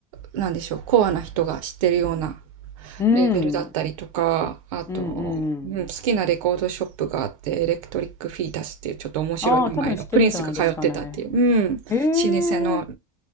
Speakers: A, on the right (about 80°); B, on the left (about 15°).
A: なんでしょう、コアな人が知ってるような
B: うん、
A: レーベルだったりとか、あと、
B: うん、うん。
A: うん、好きなレコードショップがあって、エレクトリック・フィータスっていうちょっと面白い名前の、
B: ああ、多分知ってるんじゃないですかね。
A: プリンスが通ってたっていう、うん、老舗の
B: へえ。